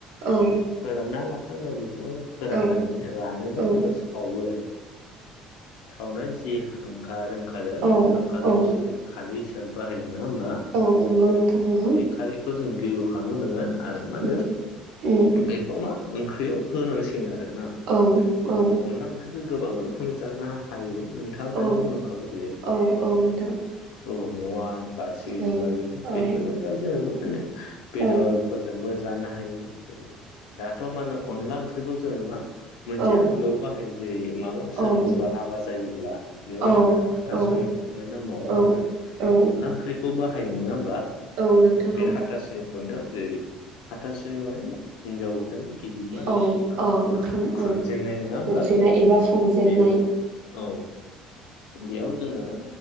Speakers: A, on the right (about 70°); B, on the left (about 85°).
A: औ
B: फोरानना लाखांनायनि उनाव बेखौ माने फोराननानै
A: औ
B: रानोब्ला
A: औ
B: जोंङो सावो सावनानै जि हांगार आरो
A: औ
B: बे हांगारखौसो
A: औ
B: जों खारै ओ बाहायो नङा होमबा
A: औ नंगौ नोंथां नंगौ
B: बे खारैखौ जों गिय <unintelligible> नोंङो आरो मा होन्दो?
A: उम उम
B: बेखौ मा ओंख्रियाव होनांसिगोन आरो ना
A: औ औ
B: जोंङो अनला ओंख्रि गोबां रोखोमै जानो हायो नोंथाङा दानि
A: औ
B: बुंलांखाबाय जेरै
A: औ औ नोंथां
B: औवामेवाइ बारसि
A: औ
B: बारिफोर
A: औ
B: बेफोरनि अनगायै जोंङो मा <unintelligible> बेदरफोरजोंबो
A: औ
B: जानो हायो दाथ' मा होनो अनला ओंख्रिखौ जोंङो मा मोनसे
A: औ
B: हाबायाव बाहायो जेरै माबा
A: औ
B: सोरनिबा
A: औ
B: हाबा जायोब्ला बेयाव
A: औ
B: मा होनो हाथासुनि
A: औ
B: खुरनाय नामाव
A: औ
B: जोंङो
A: औ
B: अनला ओंख्रिखौ बाहाय हायो नङा होमबा? बे
A: औ नोंथां औ
B: हाथासुनिखौ फोरनो जेरै हाथासुनि माने हिन्जाव <unintelligible> गिबि मा होनो
A: औ
B: ओंखाम
A: अ ओंखाम
B: खुरजेननाय
A: औ
B: नङा
A: खुरजेना
B: होमबा
A: एबा संजेननाय
B: बेयाव औ बेयाव जोंङो